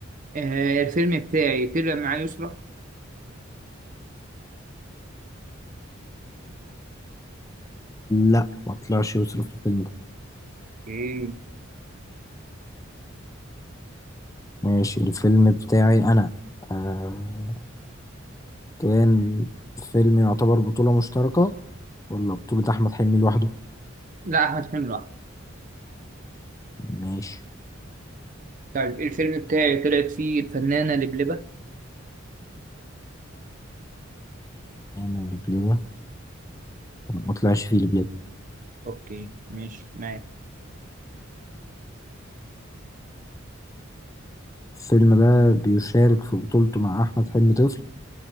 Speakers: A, on the right (about 40°); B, on the left (about 15°).
A: آه الفيلم بتاعي طلع معاه يسرا
B: لا ما طلعش يوسف في الفيلم ده
A: اوكي
B: ماشي الفيلم بتاعي أنا آه كان فيلم يعتبر بطولة مشتركة ولا بطولة أحمد حلمي لوحده
A: لا أحمد حلمي لوحده
B: ماشي
A: طيب الفيلم بتاعي طلعت فيه الفنانة لبلبة
B: أنا البليبة ما طلعش فيه البليبة
A: اوكي ماشي معاك
B: الفيلم ده بيشارك في بطولته مع أحمد حلمي طفل